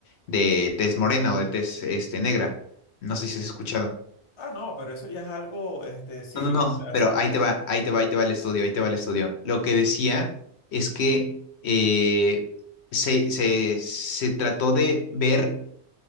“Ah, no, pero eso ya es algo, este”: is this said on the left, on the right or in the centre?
Left